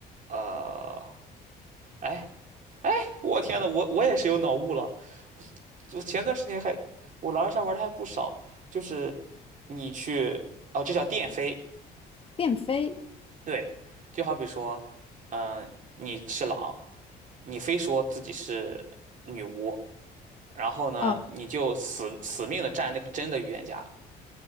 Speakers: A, on the right; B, on the left.
A: 呃，哎。我天呐，我我也是有脑雾了。我前段时间还，我狼人杀玩的还不少，就是你去，啊，这叫电飞，
B: 电飞
A: 对，就好比说，嗯、你是狼，你非说自己是女巫，然后呢，
B: 啊，
A: 你就死死命的站那个真的预言家，